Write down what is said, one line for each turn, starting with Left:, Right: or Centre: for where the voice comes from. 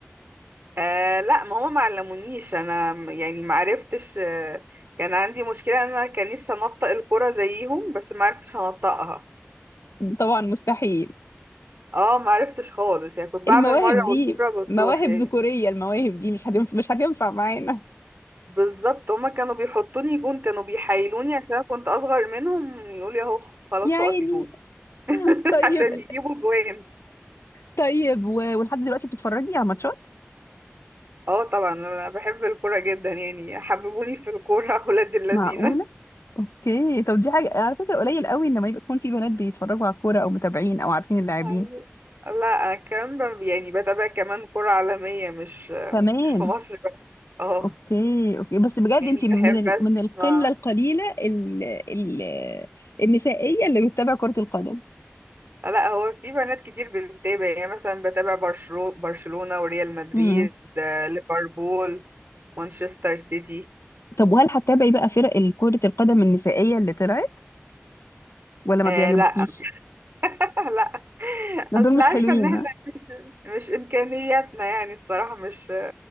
Right: آه لا ما هما ما علمونيش انا م- يعني ما عرفتش آه كان عندي مشكلة إن انا كان نفسي انطق الكرة زيهم بس ما عرفتش انطقها
Left: طبعا مستحيل
Right: اه ما عرفتش خالص يعني كنت بعمل
Left: المواهب
Right: مرة
Left: دي
Right: والكرة بتروح
Left: مواهب
Right: يعني
Left: ذكوريه المواهب دي مش هتنفع مش هتنفع معانا
Right: بالظبط هما كانوا بيحطوني جون كانوا بيحايلوني عشان انا كنت اصغر منهم يقولي اهو خلاص
Left: يعني
Right: اقفي جون <laughs>
Left: طيب
Right: عشان يجيبوا جوان
Left: طيب و- ولحد دلوقتي بتتفرجي على ماتشات
Right: اه طبعا انا بحب الكوره جدا يعني حببوني في الكوره <laughs> ولاد اللذينه
Left: معقول اوكي طب دي حاجة على فكرة قليل قوي ان ما يكون في بنات بيتفرجوا على الكورة او متابعين او عارفين اللاعبين
Right: عن- لا انا كمان ب- يعني بتابع كمان كرة عالمية مش
Left: كمان
Right: مش في مصر بس اه
Left: اوكي اوكي بس بجد
Right: يعني
Left: انت من
Right: بحب
Left: ال...
Right: اسمع
Left: من القلة القليلة ال... ال... النسائية اللي بتتابع كرة القدم
Right: لا هو في بنات كتير بتتابع يعني مثلا بتابع برشلو- برشلونة وريال مدريد
Left: امم
Right: آه، ليفربول مانشستر سيتي
Left: طب وهل هتتابعي بقى فرق كرة القدم النسائية اللي طلعت ولا ما
Right: آه
Left: بيعجبوكيش؟
Right: لا <laughs> لا
Left: لا،
Right: اصل
Left: دول مش
Right: عارفة
Left: حلوين
Right: ان احنا مش امكانياتنا يعني الصراحة مش